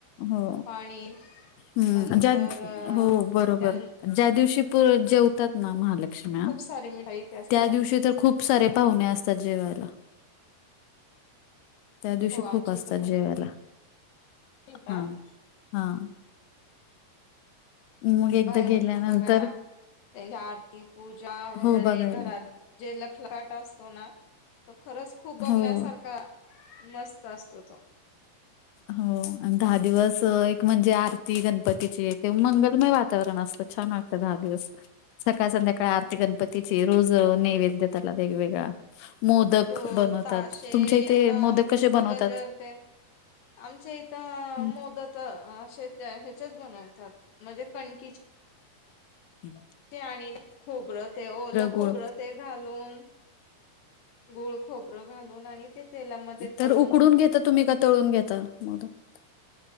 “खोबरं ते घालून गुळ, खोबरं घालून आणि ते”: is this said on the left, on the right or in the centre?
Left